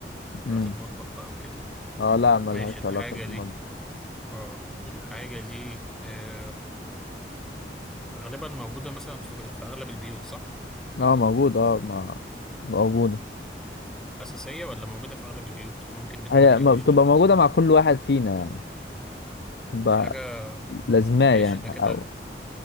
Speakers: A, in the centre; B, on the left.
A: بتاعة
B: مم.
A: المطبخ بقى وكده
B: اه لا ملهاش
A: ماشي الحاجة
B: علاقة بالمادة
A: دي اه الحاجة دي آه، غالبا موجودة مثلا في في أغلب البيوت صح؟
B: اه موجودة اه ما موجودة
A: أساسية ولا موجودة في أغلب البيوت؟ ممكن بيت
B: هي
A: ملاقيهوش
B: ما بتبقى موجودة مع كل واحد فينا يعني تبقى
A: دي حاجة
B: لازماه
A: ماشي
B: يعني
A: ده كده
B: او